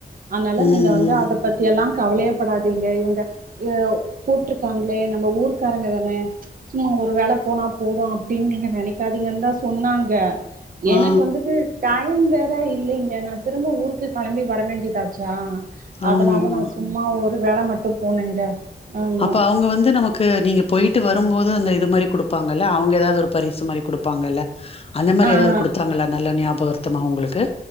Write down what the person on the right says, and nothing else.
அதனால
நீங்க வந்து
அத பத்தி எல்லா கவலையேப்படாதீங்க இவங்க எ கூப்டிருக்காங்களே நம்ம ஊரு காரங்க தானே சும்மா ஒரு வேல போனா போது அப்டின்னு நீங்க நெனைக்காதீங்கன்ந்தா சொன்னாங்க எனக்கு
வந்துட்டு டா யம் வேற இல்லீங்க நா திரும்ப ஊருக்கு கெளம்பி வர வேண்டியதாச்சா அதனால
நா சும்மா ஒரு வேல மட்டு போனேங்க ஆமா
ஆ
ஆ